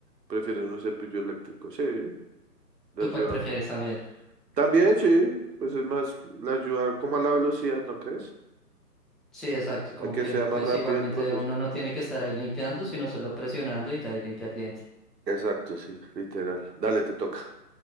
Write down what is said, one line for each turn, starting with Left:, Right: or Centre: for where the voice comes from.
Right: prefieren un cepillo eléctrico. Sí, le
Centre: ¿Tú
Right: ayuda.
Centre: cuál prefieres también?
Right: También sí, pues es más, le ayuda como a la velocidad, ¿no crees?
Centre: Sí, exacto, como
Right: A que
Centre: que
Right: sea más
Centre: pues
Right: rápido
Centre: igualmente
Right: el proceso.
Centre: uno no tiene que estar ahí limpiando, sino solo presionando y ya ahí limpia el diente.
Right: Exacto, sí, literal. Dale, te toca.